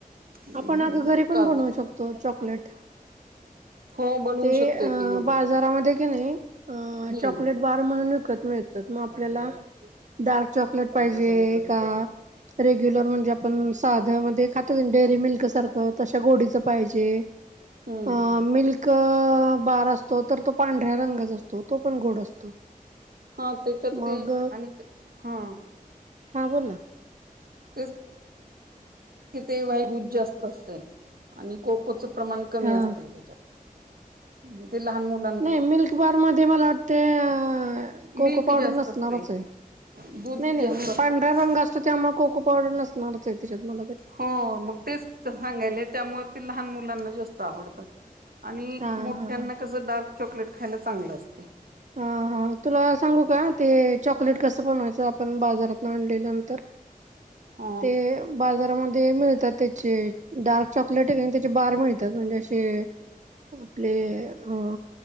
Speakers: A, on the right; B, on the right.
A: अं,
B: आपणं अगं घरी पणं
A: काजू.
B: बनवूं शकतो चाॅकलेट
A: हो बनवू
B: ते
A: शकतोय
B: अं
A: की घरी.
B: बाजारांमध्ये की नाहीं अं
A: हम्म
B: चाॅकलेट बार म्हणूंन विकतं मिळतांत मंग आपल्यांला डार्क चॉकलेट पाहिजे कां रेग्युलर म्हणजे आपणं सांध्या मध्यें खांतो आहे डेअरी मिल्क सारखं, तशा गोडीचं पाहिजे,
A: हम्म
B: अ
A: हम्म.
B: मिल्क क अ बार असतो, तो तर पांढरा रंगाचा असतो, तो पण गोड असतो.
A: हां त्याच्यात
B: मग
A: ते आणि हां.
B: हां बोल ना.
A: तेच तिथे वाईट ऊध जास्त असतय आणि कोकोच प्रमाण कमी
B: हा
A: असत, त्याच्यात. इथे लहान मुल
B: नही मिल्क बार मध्ये मला वाटत अ, कोको
A: मिल्क
B: पावडर
A: जास्त
B: नसणारच
A: असते
B: ये.
A: दूध
B: नही नही
A: जास्त असत
B: पांढरा रंग असतो, त्यामुळे कोको पावडर नसणारच ये तिच्याकडं.
A: हो, मग तेच तर सांगायले, त्यामुळ ते लहान मुलांना जास्त आवड आणि
B: हा
A: मोठ्यांना
B: हा
A: कस, डार्क चॉकलेट खायला चांगलं असत.
B: हं, हां तुला सांगू का, ते चॉकलेट कस बनवायच? आपण बाजारातन आणल्या नंतर,
A: ह
B: ते बाजारामध्ये मिळतात, त्याचे डार्क चॉकलेट ये न, त्याचे बार मिळतात, म्हणजे असे आपले अ